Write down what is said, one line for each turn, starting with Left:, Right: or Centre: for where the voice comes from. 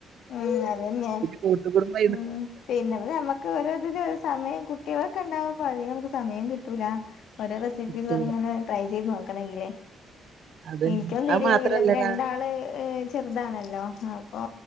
Left: ഉം അതന്നെ
Right: കൂട്ടുകുടുംബ
Left: ഉം പിന്നെപ്പ ഞമ്മക്ക് ഓരോത്തിനൊരു സമയം കു കുട്ടികളൊക്കെണ്ടാവുമ്പ അതിക് കുട്ട്യാളൊക്കെ ഉണ്ടാവുമ്പോ അധികം നമുക്ക് സമയം കിട്ടൂല ഓരോ റെസിപ്പീസൊക്കങ്ങനെ
Right: കിട്ടൂല
Left: ട്രൈ ചെയ്ത് നോ ക്കണെങ്കിലേ
Right: അതന്നെ.
Left: ഇൻക്കും
Right: അത്
Left: തിരിയാവില്ല
Right: മാത്രല്ലടാ
Left: ഇപ്പ രണ്ടാള് ഏഹ് ചെറുതാണല്ലോ ആപ്പൊ